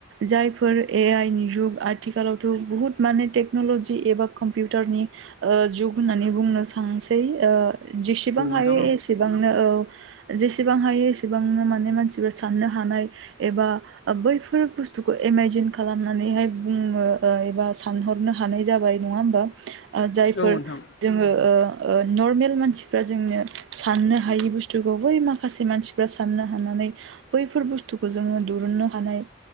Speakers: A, on the right (about 70°); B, on the left (about 60°).
A: जायफोर ए आइ नि जुग आथिखालावथ' बहुत माने टेक्न'लजि एबा कम टारनि जुग होननानै बुंनो सांसै। जेसेबां हायो
B: नोंथां
A: एसेबां औ जेसेबां हायो एसेबांनो माने मानसिया साननो हानाय एबा बै फोर बुस्थुखौ एमाइजिन खालामनानैहाय बुंनो एबा सानहरनो हानाय जाबाय होमबा जायफोर
B: औ नोंथां औ नोंथां
A: जोङो ओ नर्मेल मानसिफ्रा जोंनो साननो हायि बुस्थुखौ बै माखासे मानसिफ्रा साननो हानानै बैफोर बुस्थुखौ जोङो दुरुननो हानाय